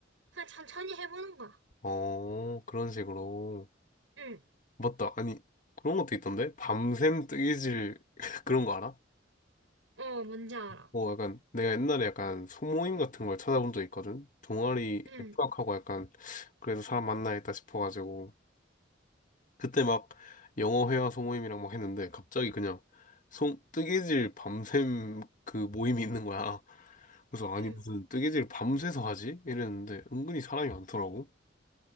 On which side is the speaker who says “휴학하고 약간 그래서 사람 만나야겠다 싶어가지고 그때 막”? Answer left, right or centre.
Left